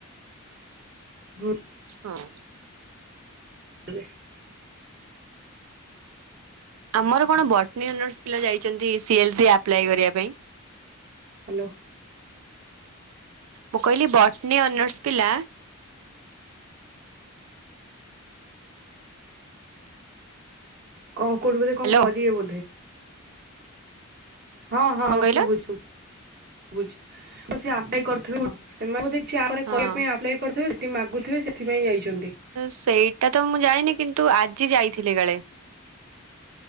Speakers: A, on the right; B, on the right.
A: <unintelligible>
B: ହଁ
A: <unintelligible>
B: ଆମର କଣ ବୋଟନୀ ଅନର୍ସ ପିଲା ଯାଇଛନ୍ତି, ସିଏଲସି ଆପ୍ଲାଏ କରିବା ପାଇଁ।
A: ହେଲୋ
B: ମୁଁ କହିଲି ବୋଟନୀ ଅନର୍ସ୍ ପିଲା
A: କଣ କୋଉଠି ବୋଧେ,
B: ହ୍ୟାଲୋ
A: କଣ କରିବେ ବୋଧେ। ହଁ ହଁ
B: କଣ କହିଲ
A: ଶୁଭୁ ଶୁଭୁ ବୁଝି ସେ ଅପ୍ଲାଏ କରିିଥିବେ ତ ବୋଧେ କରିବା
B: ହଁ
A: ପାଇଁ ଏପ୍ଲାଏ କରିଥିବେ, ସେଥି ମାଗୁଥିବେ ସେଥିପାଇଁ ଯାଇଛନ୍ତି।
B: ସେଇଟା ତ ମୁଁ ଜାଣିନି କିନ୍ତୁ ଆଜି ଯାଇଥିଲି କାଳେ।